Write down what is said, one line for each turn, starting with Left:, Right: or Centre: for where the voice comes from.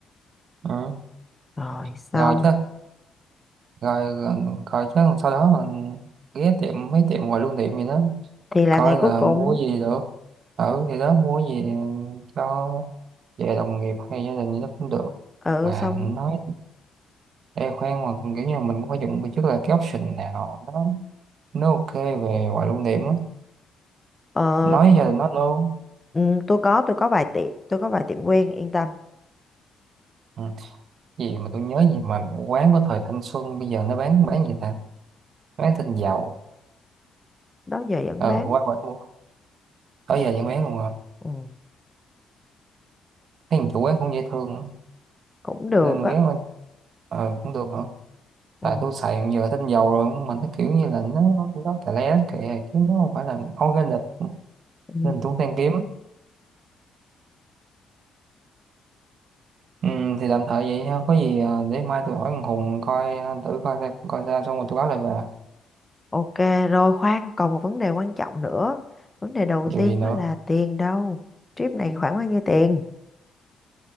Right: ừ.
Left: rồi xong
Right: rồi chắc rồi coi chứ sau đó mà ghé tiệm mấy tiệm quà lưu niệm gì đó
Left: thì là
Right: coi
Left: ngày
Right: là
Left: cuối cùng
Right: mua gì được ở thì đó mua gì cho về đồng nghiệp hay gia đình gì đó cũng được
Left: ừ
Right: mà
Left: xong
Right: nói e khoan mà kiểu như là mình cũng phải chuẩn bị trước là cái option nào đó nó ok về quà lưu niệm á
Left: ờ,
Right: nói gia đình nó luôn
Left: ừ, tôi có tôi có vài tiệm tôi có vài tiệm quen yên tâm
Right: ừ. gì mà tôi nhớ gì mà quán của thời thanh xuân bây giờ nó bán bán gì ta bán thịt dầu
Left: đó giờ vẫn
Right: ừ
Left: bán
Right: qua bển mua tới giờ vẫn bán luôn à
Left: ừ,
Right: thấy thằng chủ quán cũng dễ thương á.
Left: cũng được
Right: nên
Left: á
Right: ghé qua ờ cũng được hả
Left: ừ.
Right: tại tôi xài giờ tinh dầu rồi mà nó kiểu như là nó nó tè le kệ chứ nó không phải là organic
Left: Ừ.
Right: nên tôi cũng đang kiếm ừ, thì tạm thời vậy ha có gì à, để mai tôi hỏi thằng Hùng coi à, thử coi ra coi ra xong rồi tôi báo lại về
Left: Ok rồi khoan còn một vấn đề quan trọng nữa vấn đề đầu
Right: điều
Left: tiên
Right: gì nữa
Left: đó là tiền đâu trip này khoảng bao nhiêu tiền